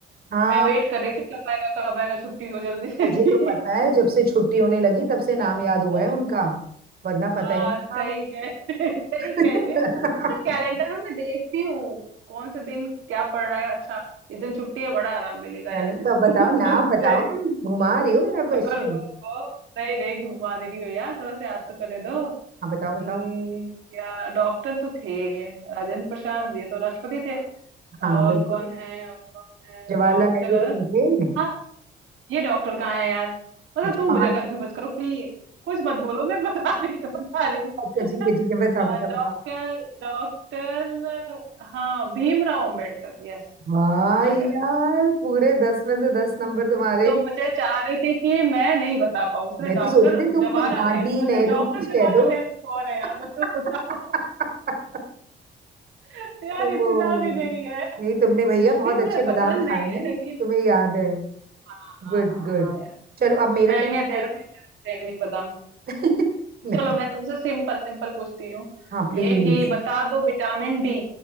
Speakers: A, on the right; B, on the right.
A: हाँ
B: मैं वेट कर रही थी कब आएगा कब आएगा छुट्टी हो जल्दी से
A: मुझे
B: इसकी
A: तो पता
B: <laughs>
A: है जब से छुट्टी होने लगी तब से नाम
B: अच्छा
A: याद
B: अच्छा
A: हुआ है
B: रुको
A: उनका वरना पता
B: हाँ
A: ही नहीं था
B: सही कह <laughs> सही
A: <laughs>
B: कह रही है तो कैलेंडर में मैं देखती हूँ कौन से दिन क्या पड़ रहा है अच्छा इस दिन छुट्टी है बड़ा आराम मिलेगा
A: चलो
B: यार
A: तो
B: स्कूल
A: अब बताओ
B: <laughs>
A: नाम
B: बंद
A: बताओ
B: रहेगा
A: तुम घुमा रही हो मेरा क्वेश्चन
B: रुको रुको रुको नहीं नहीं घुमा दे रही हो यार थोड़ा सा याद तो करने दो
A: हाँ बताओ
B: हम्म,
A: बताओ
B: क्या डॉक्टर तो थे राजेंद्र प्रसाद ये तो राष्ट्रपति थे
A: हाँ
B: और
A: बिल्कुल
B: कौन है और कौन है
A: जवाहरलाल
B: डॉक्टर
A: नेहरू तो नहीं थे
B: हाँ ये डॉक्टर कहाँ है यार मतलब
A: अच्छा
B: तुम मुझे कंफ्यूज मत करो प्लीज कुछ मत बोलो मैं बता रही हूँ बता रही हूँ
A: अच्छा
B: <laughs>
A: ठीक है ठीक है बताओ
B: अ,
A: बताओ
B: डॉक्टर
A: बताओ
B: डॉक्टर हाँ भीमराव अंबेडकर यस
A: भाई
B: आ गया
A: यार पूरे दस में से दस नंबर तुम्हारे
B: तो मुझे चाह रही थी कि मैं नहीं बता पाऊँ उसने
A: मैं
B: डॉक्टर
A: तो सोच रही थी तुम
B: जवाहरलाल
A: कुछ गांधी
B: नेहरू
A: नेहरू
B: बता डॉक्टर
A: कुछ
B: जवाहरलाल
A: कह दो
B: नेहरू कौन है यार मतलब
A: <laughs>
B: बताओ <laughs> यार
A: ओ,
B: इतना भी नहीं है
A: नहीं तुमने भैया
B: हिस्ट्री
A: बहुत अच्छे
B: मुझे पसंद
A: बादाम खाए
B: नहीं
A: हैं
B: है लेकिन
A: तुम्हें याद है
B: हाँ हाँ
A: Good
B: हाँ
A: good
B: हाँ हाँ, यार
A: चलो अब मेरा
B: महंगे
A: टेस्ट
B: थे
A: करो
B: मुझे नहीं पता
A: <laughs> नहीं
B: चलो मैं तुमसे सिंपल सिंपल पूछती हूँ
A: हाँ प्लीज
B: ये कि बता दो विटामिन डी